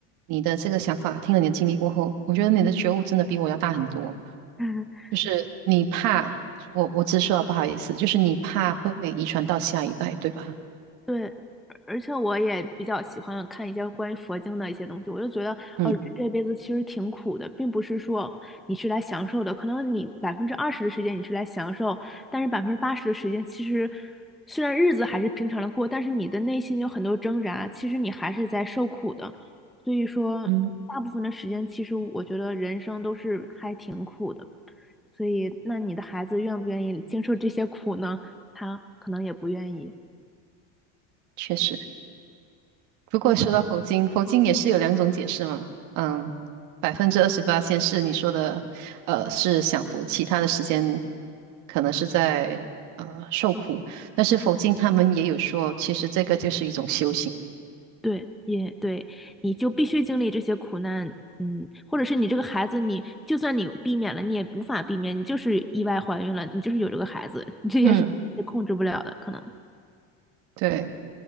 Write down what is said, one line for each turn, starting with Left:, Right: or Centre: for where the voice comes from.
Right: 你的这个想法，听了你的经历过后，我觉得你的觉悟真的比我要大很多。
Centre: <laughs>
Right: 就是你怕，我我直说啊，不好意思，就是你怕会遗传到下一代，对吧？
Centre: 对，而且我也比较喜欢看一些关于佛经的一些东西，我就觉得，
Right: 嗯
Centre: 哦，人这辈子其实挺苦的，并不是说你是来享受的，可能你百分之二十的时间你是来享受，但是百分之八十的时间其实虽然日子还是平常的过，但是你的内心有很多挣扎，其实你还是在受苦的，所以说大部分的时间，
Right: 嗯，
Centre: 其实我觉得人生都是还挺苦的，所以那你的孩子愿不愿意经受这些苦呢？他可能也不愿意。
Right: 确实。不过说到佛经，佛经也是有两种解释嘛。嗯，百分之二十八先是你说的，呃，是享福，其他的时间可能是在呃受苦。但是佛经他们也有说，其实这个就是一种修行。
Centre: 对，也对，你就必须经历这些苦难，嗯，或者是你这个孩子你，就算你避免了，你也无法避免，你就是意外怀孕了，你就是有这个孩子，<laughs> 这些是控制不了的，
Right: 嗯，
Centre: 可能
Right: 对，